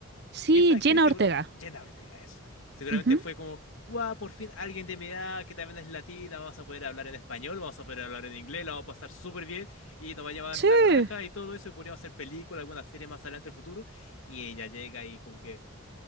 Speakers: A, on the right (about 50°); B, on the left (about 80°).
A: Sí,
B: esa actriz
A: Jenna
B: segura,
A: Ortega.
B: Jenna Ortega eso, seguramente
A: Ujú.
B: fue como, guau, por fin alguien de mi edad que también es latina, vamos a poder hablar en español, vamos a poder hablar en inglés, la vamos a pasar súper bien y nos va a llevar
A: Sí.
B: la raja y todo eso y podríamos hacer película, alguna serie más adelante en el futuro y ella llega y como que